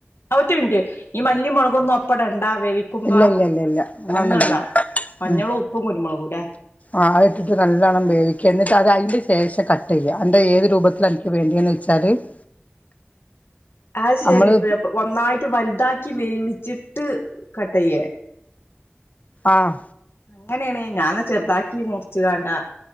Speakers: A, on the left; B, on the left.
A: ഒറ്റ മിൻറ്റ് ഈ മല്ലിമുളകൊന്നും ഒപ്പടണ്ടാ വേവി ക്കുമ്പ
B: ഇല്ല ഇല്ല ഇല്ല ഇല്ല അതൊന്നും
A: ഒന്നുടണ്ടാ
B: ഇടണ്ട
A: മഞ്ഞളും,
B: ഉം
A: ഉപ്പും, കുരുമുളകൂല്ലെ.
B: ആ അത് ഇട് ട്ട് നല്ലോണ്ണം വേവിക്ക എന്നിട്ട് അത് അയ്ന്റെ ശേഷം കട്ടെ യ്യാ ന്ന്ട്ട് ഏത് രൂപത്തില അൻക്ക് വേണ്ടിയന്ന് വെച്ചാല് <inaudible>
A: ആ ശെരി
B: നമ്മള്
A: അപ്പ ഒന്നായിട്ട് വൽ താക്കി വേവിച്ച്ട്ട് കട്ടയ്യേ?
B: ആഹ്.
A: അങ്ങനേണ് ഞാന്ന ചെർതാക്കി മുർച്ചാണ്ടാ